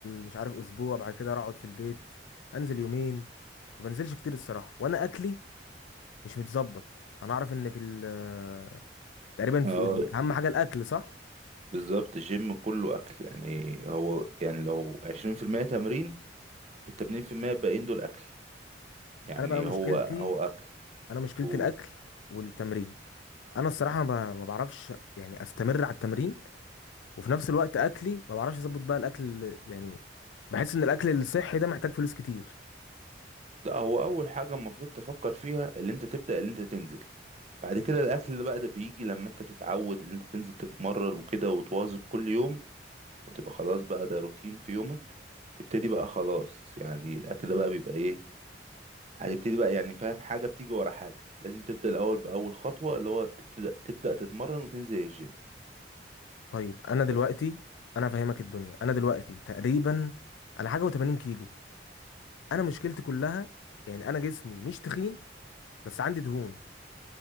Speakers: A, on the left; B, on the right.
A: مش عارف اسبوع بعد كده اقعد في البيت انزل يومين ما بنزلش كتير الصراحه وانا اكلي مش متظبط انا اعرف ان في ال- <laughs> تقريبا
B: اه
A: في يعني اهم حاجه الاكل صح
B: بالظبط الجيم كله اكل يعني هو يعني لو عشرين في المية تمرين التمانين في المية الباقيين دول اكل يعني
A: انا بقى مشكلتي
B: هو هو اكل
A: انا مشكلتي
B: و-
A: الاكل والتمرين انا الصراحه ما ما بعرفش يعني استمر على التمرين وفي نفس الوقت اكلي ما بعرفش اظبط بقى الاكل يعني بحس ان الاكل الصحي ده محتاج فلوس كتير
B: ده هو اول حاجه المفروض تفكر فيها اللي انت تبدا اللي انت تنزل بعد كده الاكل اللي بقى ده بيجي لما انت بتتعود ان انت تنزل تتمرن وكده وتواظب كل يوم وتبقى خلاص بقى ده روتين في يومك تبتدي بقى خلاص يعني الاكل ده بقى بيبقى ايه هتبتدي بقى يعني فاهم حاجة بتيجي ورا حاجة لازم تبدأ الأول بأول خطوة اللي هو تبتدأ تبدأ تتمرن وتنزل الجيم
A: طيب انا دلوقتي
B: ب-
A: انا فاهمك الدنيا انا دلوقتي تقريبا انا حاجه و80 كيلو انا مشكلتي كلها يعني انا جسمي مش تخين بس عندي دهون